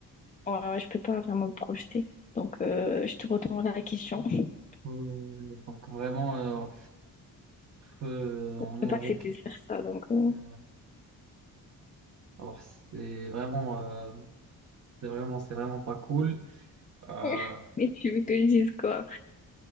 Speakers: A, on the left (about 20°); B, on the right (about 45°).
A: Ouais, ouais, je peux pas vraiment me projeter. Donc, euh, je te retourne la question. <laughs>
B: euh, donc vraiment, euh, euh, on
A: Je peux
B: est
A: pas
B: avec...
A: accepter de faire ça, donc... euh.
B: euh, alors, c'est vraiment, euh, c'est vraiment, c'est vraiment pas cool. Euh,
A: <laughs> Mais tu veux que je dise quoi?